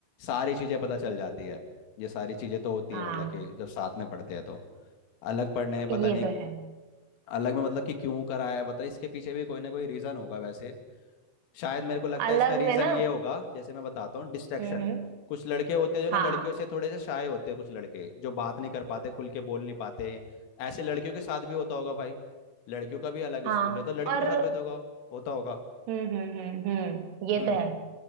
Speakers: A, on the left; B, on the right.
A: सारी चीजें पता चल जाती है ये सारी चीजें तो होती
B: हाँ
A: है मतलब कि जब साथ में पढ़ते हैं तो अलग पढ़ने में पता
B: ये
A: नहीं
B: तो है
A: अलग में मतलब कि क्यों कराया है, बता इसके पीछे भी कोई ना कोई रीजन होगा वैसे शायद मेरे को लगता
B: अलग
A: है इसका रीजन
B: में ना
A: ये होगा जैसे मैं बताता हूँ डिस्ट्रैक्शन
B: हम्म हम्म,
A: कुछ लड़के होते हैं जो ना
B: हाँ
A: लड़कियों से थोड़े से शाय होते हैं कुछ लड़के जो बात नहीं कर पाते खुल के बोल नहीं पाते ऐसे लड़कियों के साथ भी होता होगा भाई लड़कियों का भी अलग
B: हाँ
A: स्कूल है तो लड़कियों
B: और
A: के साथ भी होता होगा होता होगा
B: हम्म हम्म हम्म हम्म ये
A: हम्म
B: तो है